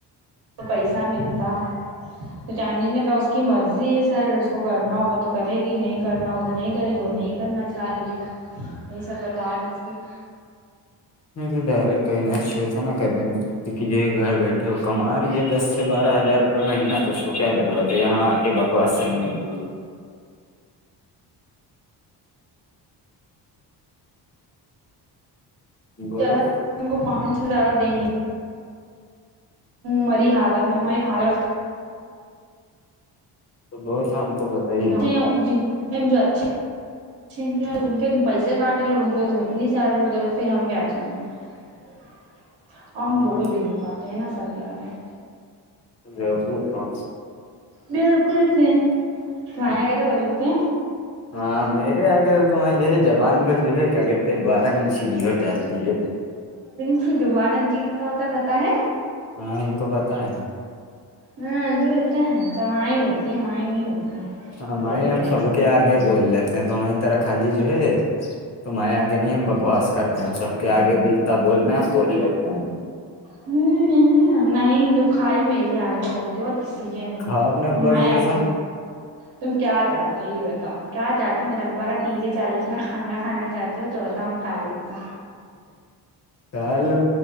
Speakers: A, on the right; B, on the left.
A: تو پیسہ ملتا تو چاندنی نے کہا اس کی مرضی ہے سر اس کو کرنا ہوگا تو کرے گی نہیں کرنا ہوگا تو نہیں کرے گی وہ نہیں کرنا چاہ رہی ہے یہی سب بتا دی سے <inaudible>
B: نہیں تو ڈائریکٹ کئی ن چیتا نہ کہ د ن <unintelligible> کیونکہ جو گھر بیٹھے وہ کما رہی ہے دس سے بارہ ہزار روپئے مہینہ تو اس کو کیا ضرورت ہے یہاں آ کے بکواس سننے کی <inaudible> <inaudible> بولو
A: زیادہ ہم کو پانچ <inaudible> اچھ سے زیادہ دے نہیں <inaudible> مری حالت میں ہماری حالت
B: تو وہ تو ہم کو بتائیے
A: جو اچھےچ <inaudible> ان کے تم پیسے کاٹے لو ان کو تم اتنی سیلری دےو پھر ہم کیا چاہیے <inaudible> ہم
B: ہاں
A: بول بھی نہیں پاتے ہیں نا سر کیا آ کے <inaudible>
B: ا پوکا
A: بالکل
B: <inaudible>
A: تمہارے آگے تو بول دیتے ہیں
B: ہاں میرے آگے تو تمیں جو ہے جبان پھر جو ہے <inaudible> کیا کہتے ہیں بارہ انچ کی ہو جاتی ہے
A: چی گبارا انچی کتنا ہوتا پتا ہے
B: ہاں ہم کو پتا ہے <inaudible>
A: ہاں دتے ہیں تو وہیں ہوتی ہے وہیں نہیں ہوتی ہے
B: ہ مائ
A: بے
B: ہم ہم
A: حیا
B: سبک آگے بول لیتے ہیں تو وہیں طرح خالی جو ہے تمہیں آگے نہیں ہم بکواس کرتے ہیں سب کے آگے بیچتا بولنا ہے ہم بول لیتے ہیں
A: ہ نہیں تم خالی میرے آگے بڑولتے ہو اور کسی کے بھی
B: کھاؤ اپنے ابا
A: ہمارے
B: کی
A: آگے
B: قسم
A: تم کیا چاہتے یہ بتاؤ کیا تو میر ابا کا تیزے چال اس میں کھانا کھانا چاہتی ہو تو بتاؤں کھا لیں کے سا
B: ک لو